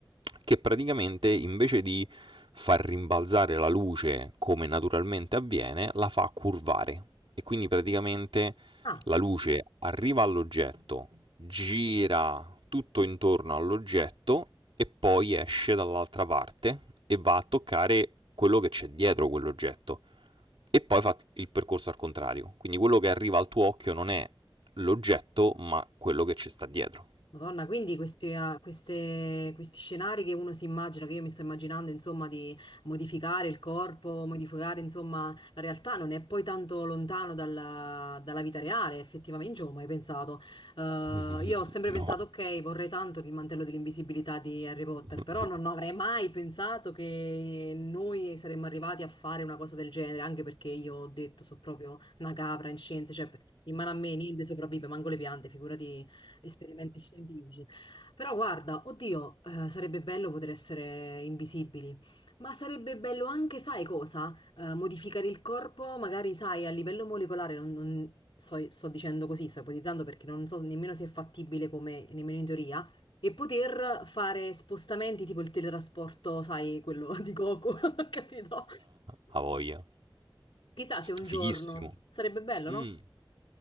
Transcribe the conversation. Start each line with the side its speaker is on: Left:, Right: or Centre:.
Right: che praticamente invece di far rimbalzare la luce come naturalmente avviene, la fa curvare. E quindi praticamente
Left: Ah,
Right: la luce arriva all'oggetto, gira tutto intorno all'oggetto e poi esce dall'altra parte e va a toccare quello che c'è dietro quell'oggetto e poi fa il percorso al contrario. Quindi quello che arriva al tuo occhio non è l'oggetto, ma quello che ci sta dietro.
Left: Madonna, quindi questi, ah, queste- questi scenari che uno si immagina, che io mi sto immaginando, insomma, di modificare il corpo, modificare, insomma, la realtà non è poi tanto lontano dalla, dalla vita reale, effettivamente, io non ci avevo mai pensato. Eh,
Right: <laughs>
Left: io ho sempre
Right: No.
Left: pensato, ok, vorrei tanto il mantello dell'invisibilità di Harry Potter,
Right: <laughs>
Left: però non avrei mai pensato che noi saremmo arrivati a fare una cosa del genere, anche perché io ho detto, sono proprio una capra in scienze, cioè in mano a me niente sopravvive, manco le piante, figurati Experimentation Village. Però guarda, oddio, eh, sarebbe bello poter essere invisibili, ma sarebbe bello anche, sai cosa? Eh, modificare il corpo, magari, sai, a livello molecolare, non, non- sto, sto dicendo così, sto ipotizzando perché non so nemmeno se è fattibile come, nemmeno in teoria, e poter fare spostamenti tipo il teletrasporto, sai, quello di Goku, <laughs> capito?
Right: A voglia.
Left: Chissà se un
Right: Fighissimo.
Left: giorno sarebbe bello, no?
Right: Mm.